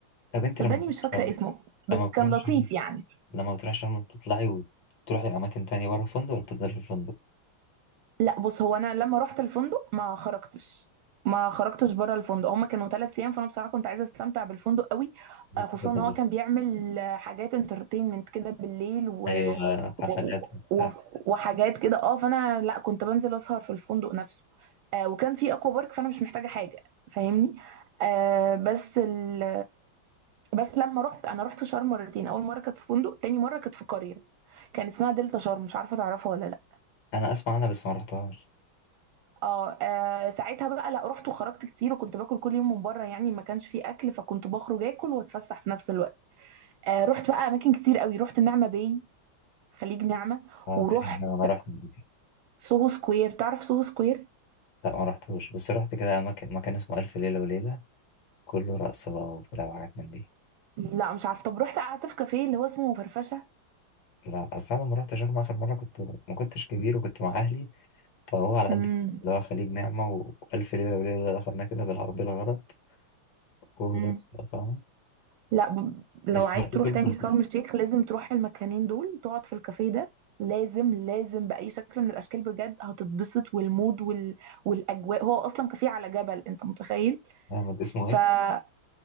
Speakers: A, on the left; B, on the right.
A: طب انت
B: صدقني
A: لما بتروحي
B: مش فاكرة
A: شرم
B: اسمه بس
A: لما بتروحي
B: كان
A: شرم
B: لطيف يعني
A: لما بتروحي شرم بتطلعي وتروحي اماكن تانية بره الفندق ولا بتفضلي في الفندق
B: لا بص هو انا لما رحت الفندق ما خرجتش ما خرجتش بره الفندق هما كانوا ثلاث ايام فانا بصراحه كنت عايزه استمتع بالفندق قوي
A: بتفضلي
B: آه، خصوصا
A: بره.
B: ان هو كان بيعمل آه، حاجات انترتينمنت كده بالليل و...
A: ايوه حفلات
B: و...
A: وبتاع.
B: و... وحاجات كده اه فانا لا كنت بنزل اسهر في الفندق نفسه آه وكان في اكوا بارك فانا مش محتاجه حاجه فاهمني آه بس ال... بس لما رحت انا رحت شرم مرتين اول مره كانت في فندق تاني مره كانت في قريه كان اسمها دلتا شرم مش عارفه تعرفها ولا لا
A: انا اسمع عنها بس ما رحتهاش
B: اه آه، ساعتها بقى لا رحت وخرجت كتير وكنت باكل كل يوم من بره يعني ما كانش فيه اكل فكنت بخرج اكل واتفسح في نفس الوقت آه رحت بقى اماكن كتير قوي رحت النعمه باي خليج نعمه
A: اه
B: ورحت
A: تحية، انا رحت قبل كده.
B: سوهو سكوير تعرف سوهو سكوير
A: لا ما رحتوش بس رحت كده مكان مكان اسمه الف ليله وليله كله رقص بقى وبتاع وحاجات من دي
B: لا مش عارفه طب رحت قعدت في كافيه اللي هو اسمه فرفشه
A: لا اصل انا لما رحت شرم اخر مره كنت ما كنتش كبير وكنت مع اهلي فهو على قد
B: امم
A: اللي هو خليج نعمه والف ليله وليله ده دخلنا كده بالع- بالغلط وبس
B: امم
A: فاهم
B: لا ب... لو
A: بس
B: عايز
A: هو في
B: تروح
A: كله
B: تاني
A: كان
B: شرم الشيخ لازم تروح المكانين دول تقعد في الكافيه ده لازم لازم بأي شكل من الأشكال بجد هتتبسط والمود وال... والأجواء هو أصلا كافيه على جبل أنت متخيل
A: جامد اسمه
B: ف
A: ايه
B: آه،